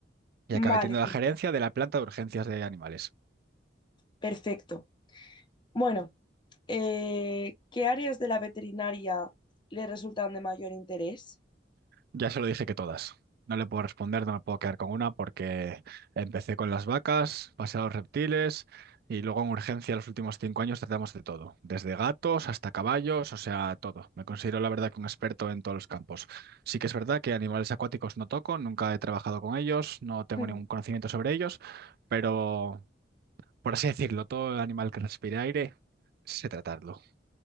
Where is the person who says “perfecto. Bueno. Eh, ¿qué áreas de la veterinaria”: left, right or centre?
Left